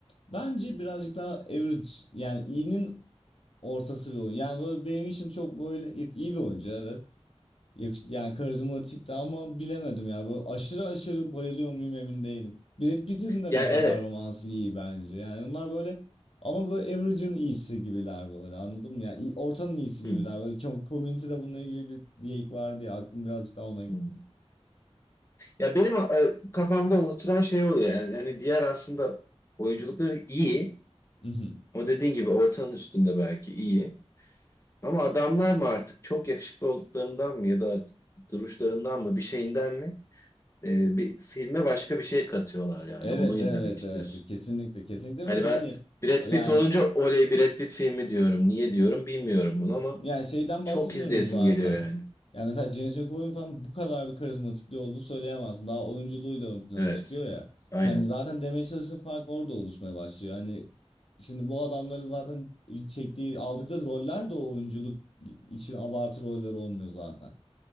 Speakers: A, on the left; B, on the left.
A: Bence birazcık daha average yani iyinin ortası bir oyun. Yani böyle benim için çok böyle iyi bir oyuncu evet. Yakış- yani karizmatik de ama bilemedim ya. Böyle aşırı aşırı bayılıyor muyum emin değilim. Brad Pitt'in de
B: yani
A: mesela
B: evet.
A: performansı iyi bence. Yani onlar böyle ama böyle average'ın iyisi gibiler böyle anladın mı? Yani iyi- ortanın iyisi
B: Hmm,
A: gibiler. Böyle com- community'de bununla ilgili bir diyek vardı ya aklım birazcık daha ona gitti.
B: hmm. Ya benim e, kafamda oluşturan şey oluyor. Yani, yani diğer aslında oyunculukları iyi.
A: <laughs>
B: O dediğin gibi ortanın üstünde belki iyi. Ama adamlar mı artık çok yakışıklı olduklarından mı ya da duruşlarından mı bir şeyinden mi e, bir filme başka bir şey katıyorlar yani
A: Evet
B: onu izlemek
A: evet
B: istiyorsun.
A: evet kesinlikle kesinlikle
B: Hani
A: ve de
B: ben
A: hani
B: Brad
A: yani
B: Pitt olunca oley Brad Pitt filmi diyorum. Niye diyorum bilmiyorum bunu ama
A: Yani şeyden
B: çok
A: bahsetmiyorum
B: izleyesim
A: zaten.
B: geliyor yani.
A: Yani mesela James McAvoy'un falan bu kadar bir karizmatikliği olduğunu söyleyemezsin. Daha oyunculuğuyla ön plana
B: Evet.
A: çıkıyor ya.
B: Aynen.
A: Hani zaten demeye çalıştığım fark orada oluşmaya başlıyor. Hani şimdi bu adamların zaten çektiği, aldıkları roller de o oyunculuk için abartı roller olmuyor zaten.